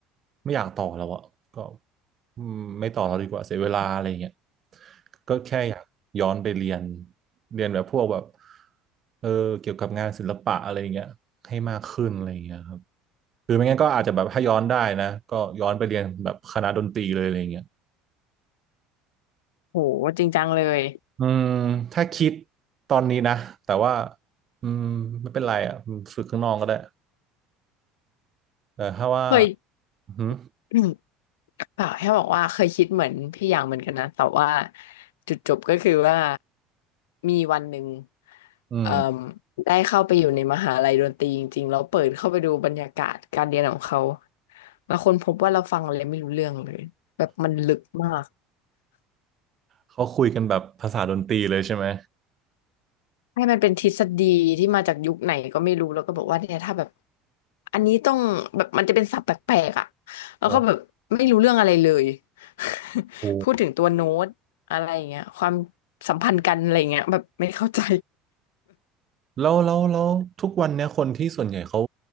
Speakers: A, on the right; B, on the left.
A: ไม่อยากต่อแล้วอะก็อืมไม่ต่อแล้วดีกว่าเสียเวลาอะไรอย่างเงี้ยก็แค่อยากย้อนไปเรียนเรียนแบบพวกแบบเออเกี่ยวกับงานศิลปะอะไรอย่างเงี้ยให้มากขึ้นอะไรอย่างเงี้ยครับหรือไม่งั้นก็อาจจะแบบถ้าย้อนได้นะก็ย้อนไปเรียนแบบคณะดนตรีเลยอะไรอย่างเงี้ย
B: โหจริงจังเลย
A: อืมถ้าคิดตอนนี้นะแต่ว่าอืมไม่เป็นไรอ่ะฝึกข้างนอกก็ได้แต่ถ้าว่า
B: เคย
A: อือหือ
B: <coughs> <clears throat> เปล่าแค่บอกว่าเคยคิดเหมือนพี่อย่างเหมือนกันนะ แต่ว่าจุดจบก็คือว่ามีวันหนึ่ง
A: อืม
B: เอ่อได้เข้าไปอยู่ในมหาลัยดนตรีจริงๆแล้วเปิดเข้าไปดูบรรยากาศการเรียนของเขาแล้วคนพบว่าเราฟังอะไรไม่รู้เรื่องเลยแบบมันลึกมาก
A: เขาคุยกันแบบภาษาดนตรีเลยใช่ไหม
B: ให้มันเป็นทฤษฎีที่มาจากยุคไหนก็ไม่รู้แล้วก็บอกว่าเนี่ยถ้าแบบอันนี้ต้องแบบมันจะเป็นศัพท์แปลกๆอ่ะแล้วก็แบบไม่รู้เรื่องอะไรเลย
A: โอ้
B: <laughs>
A: โห
B: พูดถึงตัวโน้ตอะไรอย่างเงี้ยความสัมพันธ์กันอะไรอย่างเงี้ยแบบไม่เข้าใจ
A: แล้วแล้วแล้วทุกวันเนี้ยคนที่ส่วนใหญ่เขา